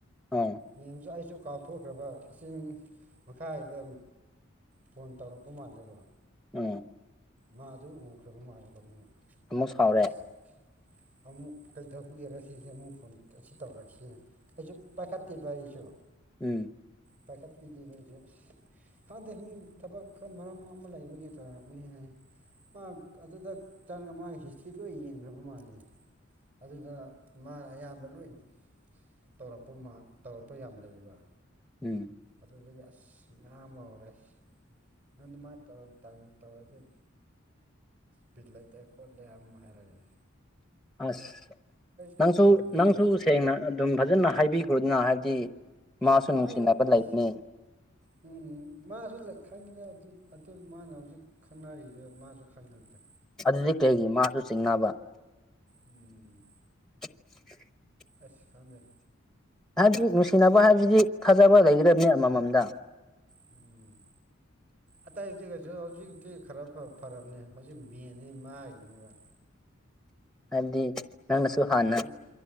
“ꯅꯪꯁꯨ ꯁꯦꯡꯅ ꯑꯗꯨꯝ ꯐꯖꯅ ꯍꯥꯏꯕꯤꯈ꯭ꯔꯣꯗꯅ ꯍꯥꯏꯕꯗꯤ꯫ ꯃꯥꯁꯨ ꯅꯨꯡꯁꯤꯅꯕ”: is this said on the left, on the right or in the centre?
Centre